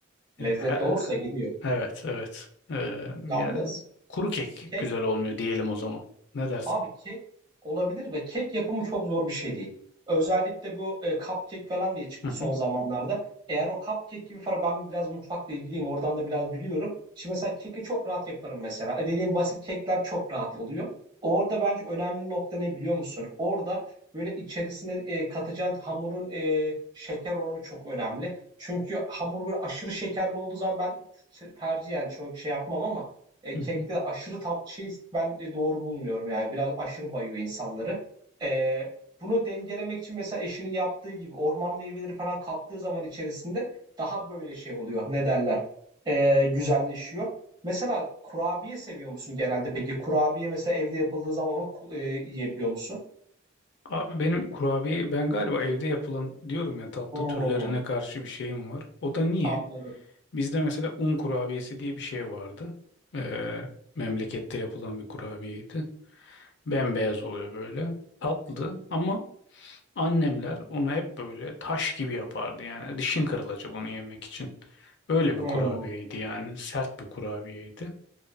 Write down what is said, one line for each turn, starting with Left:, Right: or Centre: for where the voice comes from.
Right: Lezzet
Left: E, he-
Right: olursa gidiyor.
Left: evet, evet. E, yani
Right: Yalnız
Left: kuru kek
Right: kek
Left: güzel olmuyor diyelim o zaman. Ne dersin?
Right: Abi kek olabilir ve kek yapımı çok zor bir şey değil. Özellikle bu e, cupcake falan diye çıktı
Left: Hı
Right: son
Left: hı,
Right: zamanlarda. Eğer o cupcake gibi falan ben biraz mutfakla ilgiliyim. Oradan da biraz biliyorum. Şimdi mesela keki çok rahat yaparım mesela. E, dediğim basit kekler çok rahat oluyor. Orada bence önemli nokta ne biliyor musun? Orada böyle içerisine e, katacağın hamurun e, şeker oranı çok önemli. Çünkü hamur böyle aşırı şekerli olduğu zaman ben t- tercihen çok şey yapmam ama e,
Left: hı
Right: kekte
Left: hı.
Right: aşırı tatlı şeyi ben e, doğru bulmuyorum. Yani biraz aşırı bayıyor insanları. E, bunu dengelemek için mesela eşinin yaptığı gibi orman meyveleri falan kattığı zaman içerisinde daha böyle şey oluyor. Ne derler? E, güzelleşiyor. Mesela kurabiye seviyor musun genelde peki? Kurabiye mesela evde yapıldığı zaman onu e, yiyebiliyor musun?
Left: Abi benim kurabiye ben galiba evde yapılan diyorum ya tatlı
Right: Hmm,
Left: türlerine karşı bir şeyim var. O da niye?
Right: anladım.
Left: Bizde mesela un kurabiyesi diye bir şey vardı. E, memlekette yapılan bir kurabiyeydi. Bembeyaz oluyor böyle. Tatlı ama Annemler onu hep böyle taş gibi yapardı yani. Dişin kırılacak onu yemek için. Öyle
Right: Hmm.
Left: bir kurabiyeydi yani. Sert bir kurabiyeydi.